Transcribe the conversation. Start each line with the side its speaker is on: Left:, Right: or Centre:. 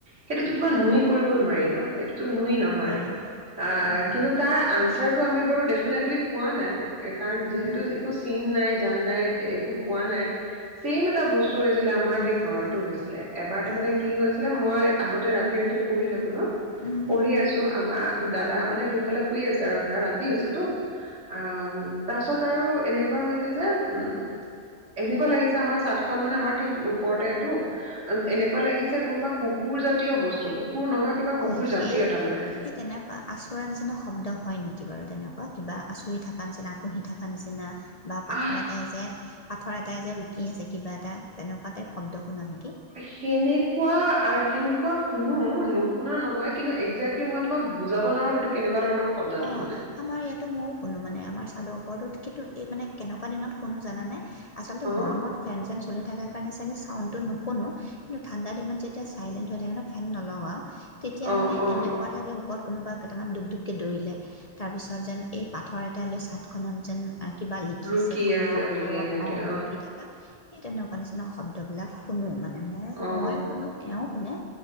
Right: সেইটোতো
Left: উম,
Right: তোমাৰ নুই কৰিব নোৱাৰি ন' সেইটোতো নুই ন হয়,
Left: নোৱাৰি নোৱাৰি
Right: আ
Left: নহয়
Right: কিন্তু তাৰ আঞ্চাৰটো আমি বাৰু দেফিনেটলী পোৱা নাই। এ, কাৰণ যিহেতু
Left: উম,
Right: একো চিন নাই জান নাই একো পোৱা নাই চেইম এটা বস্তু হৈছিলে আমাৰ
Left: উম,
Right: সেই ঘৰতো হৈছিলে, এবাৰ তাৰমানে
Left: আহ,
Right: কি হৈছিলে মই আগতে ৰাতি ৰাতি পঢ়ি থাকো ন'
Left: উম,
Right: পঢ়ি আছোঁ। আমাৰ দাদা মানে সেইফালে শুই আছে আৰু ধৰা ৰা বাকী হৈছেটো, আহ তাৰ পাছত আৰু এনেকুৱা হৈছে যে উম এনেকুৱা লাগিছে আমাৰ চাটখন মানে আমাৰ ঠিক ওপৰতেটো এনেকোৱা লাগিছে কোনোবা কুকুৰ জাতীয় বস্তু কুকুৰ নহয় কিবা কুকুৰ
Left: ঐ সে
Right: জাতীয় তাৰমানে
Left: সেই তেনেকোৱা আঁচোৰা নিচিনা শব্দ হয় নেকি বাৰু তেনেকোৱা কিবা আঁচুৰি থকা নিচিনা আকুহি থকা নিচিনা বা পাথৰ
Right: আহ
Left: এটাই যে পাথৰ এটাই যে ৰুকি আছে কিবা এটা তেনেকোৱা টাইপ শব্দ শুনা নেকি?
Right: সেনেকোৱা আ সেনেকোৱা শুনো নুশুনা নহয়, কিন্তু একজেক্ট কি মই তোমক বুজাব নোৱাৰো সইটো কেনেকোৱা ধৰণৰ শব্দ
Left: অ',
Right: তাৰমানে।
Left: আমাৰ ইয়াতো ময়ো শুনো মানে আমাৰ চাদৰ ওপৰতো, কিন্তু এই মানে কেনেকোৱা দিনত শুনো জানানে আচলতে
Right: অ
Left: গৰমত ফেন চেন চলি থকাৰ কাৰণে চাগে ছাউণ্ডটো নুশুনো। কিন্তু ঠাণ্ডা দিনত যেতিয়া চাইলেণ্ট হৈ থাকে ন ফেন নলগাও তেতিয়া
Right: অ
Left: মানে
Right: অ
Left: এনেকোৱা লাগে ওপৰত কোনোবা কেইটামান দুপ দুপকে দৌৰিলে। তাৰপিছত যেন এই পাথৰ এটাই লৈ চাডখনত যেন কিবা লিখিছে
Right: ৰুকি
Left: খৰক
Right: আছে বুলি
Left: খৰক
Right: এনেকে
Left: অ' ৰুকি থাকে। সেই তেনেকোৱা নিচিনা শব্দবিলাক শুনো মানে। মই
Right: অ
Left: ময়ো শুনো এও শুনে